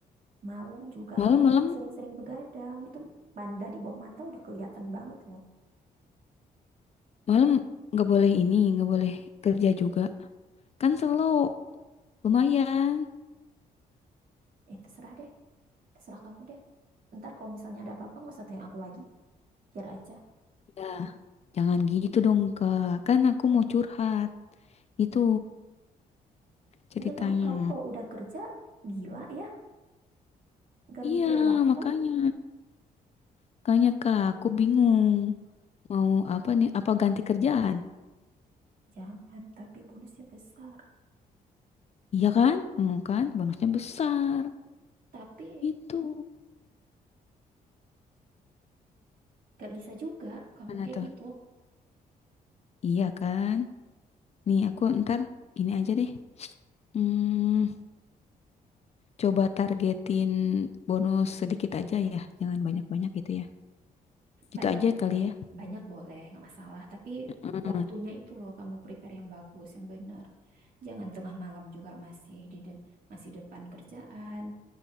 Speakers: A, on the right; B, on the left.
A: malam juga
B: Malam-malam
A: kamu jangan sering-sering begadang, itu banda di bawah mata udah kelihatan banget loh.
B: Malam nggak boleh ini, nggak boleh kerja juga. Kan slow, lumayan.
A: Eh, terserah deh. Terserah kamu deh. Ntar kalau misalnya ada apa-apa nggak usah tanya aku lagi. Biar aja.
B: Ya, jangan gitu dong, Kak. Kan aku mau curhat. Itu ceritanya.
A: Enggak kamu kamu kalau udah kerja gila ya. Nggak
B: Iya,
A: mikir waktu.
B: makanya. Makanya, Kak, aku bingung. Mau apa nih? Apa ganti kerjaan?
A: Jangan, tapi bonusnya besar.
B: Iya kan? Hmm, kan? Bonusnya besar.
A: Tapi
B: Itu.
A: nggak bisa juga kamu
B: Mana
A: kayak
B: tuh?
A: gitu.
B: Iya kan? Nih, aku ntar ini aja deh. Hmm, coba targetin bonus sedikit aja ya. Jangan banyak-banyak gitu ya. Gitu
A: Banyak
B: aja kali
A: boleh,
B: ya.
A: banyak boleh nggak masalah. Tapi
B: Heeh.
A: waktunya itu loh kamu prepare yang bagus, yang benar. Jangan tengah malam juga masih di de- masih depan kerjaan.